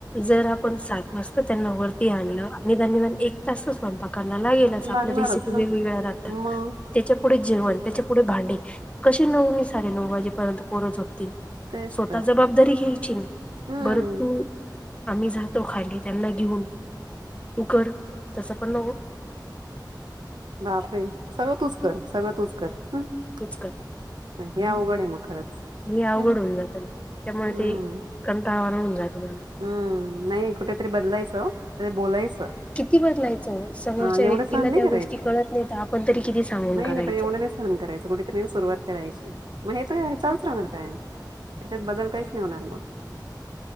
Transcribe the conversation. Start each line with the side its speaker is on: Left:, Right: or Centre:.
Left: जर आपण सात वाजता. वती आण आणि एक त स्वय. लागेलच आपल्या
Right: लागणारच
Left: रेसिपी वेगवेगळ्या
Right: ना
Left: राहतात
Right: मग
Left: त्याच्या पुढे जेवण त्याच्या पुुढे भांडे कसे नऊ मी साडेनऊ वाजेपर्यंत पोरं झोपतील.
Right: तेच
Left: स्वतः
Right: तर
Left: जबाबदारी घ्यायची नाही
Right: हम्म
Left: बरं तू आम्ही जातो खाली. त्यांना घेऊन तू कर तस पण नव
Right: बा सगळं तूच कर सगळं तूच कर. म्हणजे
Left: तूच कर
Right: या अघड आहे मग खरंच.
Left: हे अवघड
Right: हं,
Left: होऊन जातं त्यामुळे
Right: हम्म
Left: ते कंटाळवाणं होऊन जातं मला
Right: हम्म नाही कुठेतरी बदलायचं बोलायचं.
Left: किती बदलायचं समोरच्या
Right: अं, एवढं
Left: व्यक्तीला
Right: सहन नाही
Left: त्या गोष्टी
Right: करायचं
Left: कळत नाही तर आपण तरी किती सांगून
Right: नाही
Left: करायचं
Right: नाही पण एवढं नाही सहन करायच कुठेतरी सुरुवात करायची म्हणजे येत चालूच राहणार काय त्याच्यात बदल काहीच नाही होणार मग